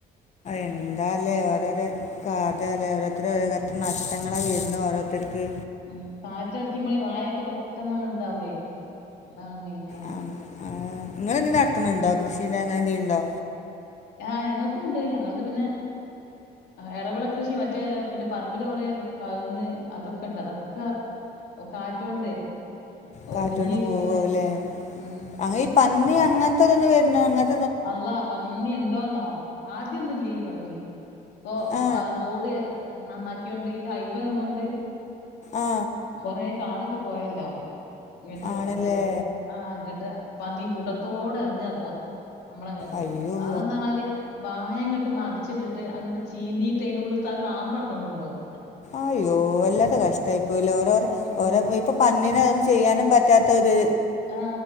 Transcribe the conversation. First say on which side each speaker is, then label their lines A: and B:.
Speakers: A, on the left; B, on the left.
A: എന്താല്ലേ ഓരോര കാതല്ലേ ഓരോത്ത നഷ്ടം. ഞങ്ങളെ വരുന്ന ഓരോത്തർക്ക്.
B: ഉം കാറ്റടിക്കുമ്പോഴെ വാഴയൊക്കെ പെട്ടെന്ന് അങ്ങട് ഇതാവേ അതാണ് മെയിൻ.
A: ആ ആ നിങ്ങൾ എന്ത് നടത്തുന്നുണ്ടോ കൃഷീ അങ്ങനെ എന്തെയിലുണ്ടോ.
B: ആഹ് ഞങ്ങൾക്കും ഉണ്ട്. ഞങ്ങളത് പിന്നെ എടവിള കൃഷി. മറ്റേ പിന്നെ പറമ്പില് കൊറെ കൗങ്ങ് അതൊക്കെണ്ട് അതൊക്കെ കാറ്റോണ്ട്
A: കാറ്റൊണ്ട്
B: ഒടിഞ്ഞ്
A: പോവാവുല്ലെ
B: വീണ് ഉം ഉം
A: അങ്ങനെ ഈ പന്നി അങ്ങനത് അങ്ങനത്തെ
B: അല്ലാ പന്നി ഉണ്ടോന്നോ. ആദ്യം ഒന്നു മില്ലായിരുന്നു. പന്നി. ഇപ്പൊ
A: ആ
B: റോഡ് നന്നാക്കിയൊണ്ട് ഈ ഹൈവേ ഒന്നൊണ്ട്.
A: ആ
B: കൊറ കാടൊക്കെ പോയല്ലോ. ഇങ്ങിട്ട്
A: ആണല്ലേ
B: റബേ! ആ അങ്ങിട്ട് പന്നി ന കൂടത്തോടെ ഇറങ്ങപ്പ നമ്മളെങ്ങട്ട്
A: അയ്യോ
B: അതന്ന് പറഞ്ഞാല് വഴ ഇങ്ങോട്ട് മറിച്ചിട്ട് അങ്ങട്ട് ചീന്തിയിട്ട് അതിന്റെ ഉള്ളിൽ ആ കാമ്പടക്കം കൊണ്ടുപോകു
A: അയ്യോ! അല്ലാത്ത കഷ്ടായി പോയല്ലോ ഓരോ
B: ഉം
A: ഓര ഇപ്പൊ പ ന്തിനാ നൊന്നും ചെയ്യാനും പറ്റാത്തത്.
B: ആ